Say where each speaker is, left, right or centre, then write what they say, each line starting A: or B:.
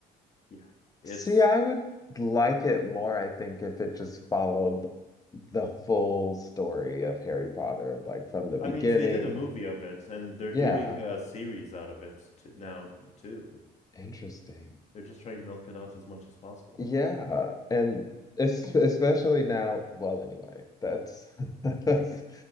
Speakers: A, on the left (about 40°); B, on the left (about 20°).
A: yeah. It's
B: See, I would like it more, I think, if it just followed the full story of Harry Potter, like from the beginning.
A: I mean they did a movie of it, and they're
B: Yeah.
A: doing a series out of it t now too.
B: Interesting.
A: They're just trying to milk it out as much as possible.
B: Yeah, and es especially now, well, anyway, that's <laughs> that's